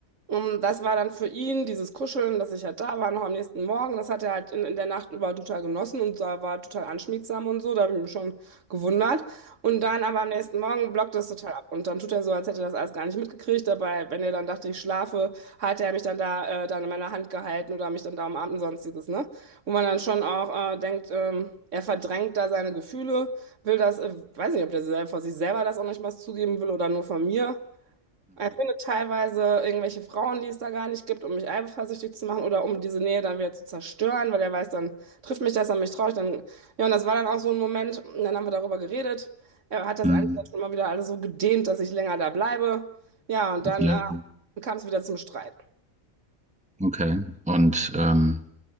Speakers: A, on the right (about 65°); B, in the centre.
A: Und das war dann für ihn dieses Kuscheln, dass ich halt da war, noch am nächsten Morgen. Das hat er halt in, in der Nacht über total genossen und da war total anschmiegsam und so. Da habe ich mich schon gewundert. Und dann aber am nächsten Morgen blockt das total ab. Und dann tut er so, als hätte er das alles gar nicht mitgekriegt. Dabei, wenn er dann dachte, ich schlafe, hat er mich dann da äh, dann in meiner Hand gehalten oder mich dann da umarmt und sonstiges, ne? Wo man dann schon auch äh, denkt, ähm, er verdrängt da seine Gefühle, will das, äh, weiß nicht, ob der sel- vor sich selber das auch nicht mal zugeben will oder nur von mir. Er findet teilweise irgendwelche Frauen, die es da gar nicht gibt, um mich eifersüchtig zu machen oder um diese Nähe dann wieder zu zerstören, weil er weiß, dann trifft mich das, an mich traurig, dann, ja, und das war dann auch so ein Moment, und dann haben wir darüber geredet. Er hat das
B: Mhm.
A: einfach schon mal wieder alles so gedehnt, dass ich länger da bleibe. Ja, und dann
B: Ja.
A: äh, kam es wieder zum Streit.
B: Okay. Und ähm,